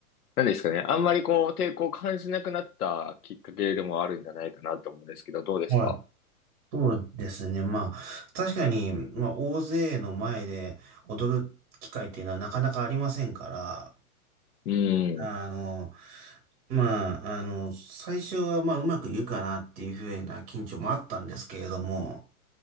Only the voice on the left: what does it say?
なんですかね。あんまりこう、抵抗を感じなくなったきっかけでもあるんじゃないかなと思うんですけど、どうですか
うん。